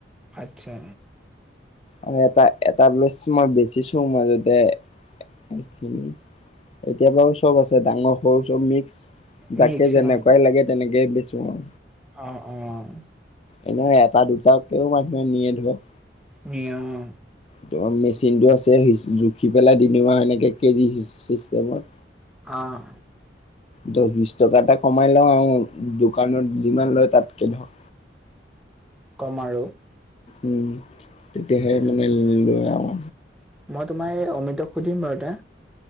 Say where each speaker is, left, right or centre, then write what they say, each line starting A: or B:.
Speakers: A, in the centre; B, on the left.
A: আচ্ছা।
B: আৰু এটা এটা বেছ মই বেচিছো মাজতে। <unintelligible> এতিয়া বাৰু চব আছে ডাঙৰ সৰু চব মিক্স।
A: মিক্সন
B: যাকে যেনেকুৱাই লাগে তেনেকেই বেচো আওঁ।
A: অ', অ'।
B: এনেও এটা দুটাকেও মানুহে নিয়ে ধৰক।
A: নিয়ে অ'।
B: ত' মেচিনটো আছে জুখি পেলাই দি দিওঁ আওঁ এনেকে কেজি চিষ্টেমত।
A: অহ।
B: ত' বিছ টকা এটা কমাই লওঁ আওঁ দোকানত যিমান লয় তাতকৈ ধৰক।
A: কম আৰু।
B: উম, তেতিয়াহে
A: উম
B: মানে লয় আৰু।
A: মই তোমাৰ এই অমিতক সুধিম বাৰু এটা।